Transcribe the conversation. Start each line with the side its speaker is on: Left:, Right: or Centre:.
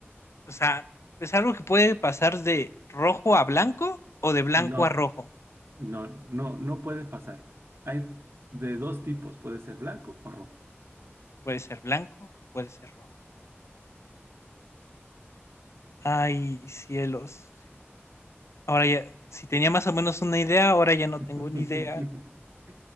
Left: O sea, es algo que puede pasar de rojo a blanco o de blanco
Right: No.
Left: a rojo.
Right: No, no, no puede pasar. Hay de dos tipos, puede ser blanco o rojo.
Left: Puede ser blanco, puede ser rojo. Ay, cielos, Ahora ya, si tenía más o menos una idea, ahora ya no
Right: <laughs>
Left: tengo ni idea.